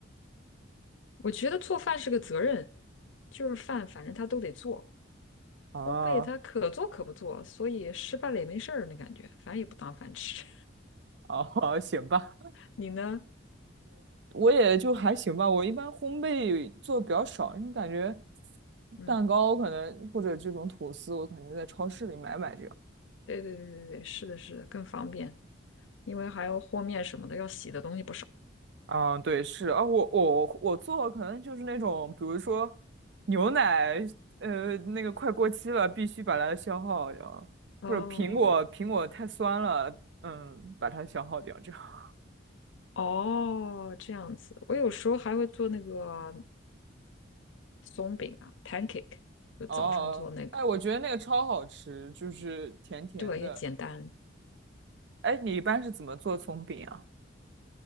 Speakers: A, on the left; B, on the right.
A: 我觉得做饭是个责任，就是饭反正他都得做，
B: 哦
A: 烘焙他可做可不做，所以失败了也没事儿那感觉，反正也不当饭吃。
B: 哦，<laughs> 行吧，
A: <laughs> 你呢？
B: 我也就还行吧。我一般烘焙做的比较少，因为感觉
A: 嗯。
B: 蛋糕可能或者这种吐司，我可能就在超市里买买这样。
A: 对对对对对，是的，是的，更方便，因为还要和面什么的，要洗的东西不少。
B: 嗯，对，是啊，我我我做可能就是那种，比如说牛奶，呃，那个快过期了，必须把它消耗掉，
A: 哦
B: 或者苹果苹果太酸了，嗯，把它消耗掉这样。
A: 哦，这样子，我有时候还会做那个松饼啊，pancake，就早上做那个，
B: 哦，哎，我觉得那个超好吃，就是甜甜的。
A: 对，也简单，
B: 哎，你一般是怎么做葱饼啊？